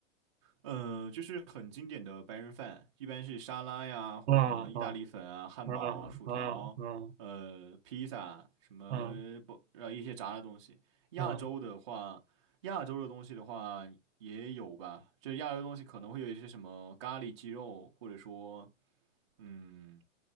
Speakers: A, on the right (about 25°); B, on the right (about 60°).
A: 嗯，就是很经典的白人饭，一般是沙拉呀，或者什么意大利粉啊、
B: 啊啊
A: 汉堡、
B: 啊啊啊
A: 薯条，呃，披萨，什么不，
B: 啊
A: 呃，一些炸的东西。亚洲的话，
B: 啊
A: 亚洲的东西的话也有吧，这亚洲的东西可能会有一些什么咖喱鸡肉，或者说嗯，